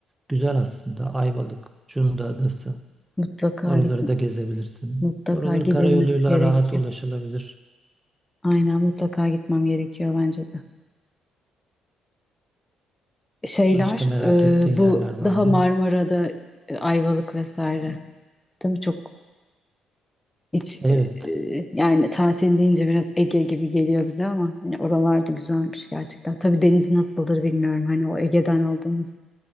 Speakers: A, on the right (about 15°); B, on the left (about 15°).
A: Güzel aslında. Ayvalık, Cunda Adası.
B: Mutlaka
A: Oraları
B: git
A: da gezebilirsin.
B: mutlaka
A: Oraları
B: gidilmesi
A: karayoluyla
B: gerekiyor.
A: rahat ulaşılabilir.
B: Aynen mutlaka gitmem gerekiyor bence de. Şeyler
A: Başka merak
B: e,
A: ettiğin
B: bu
A: yerler var
B: daha
A: mı?
B: Marmara'da e, Ayvalık vesaire. Değil mi? Çok hiç
A: Evet.
B: e, e, yani tatil deyince biraz Ege gibi geliyor bize ama hani oralar da güzelmiş gerçekten. Tabii deniz nasıldır bilmiyorum. Hani o Ege'den aldığımız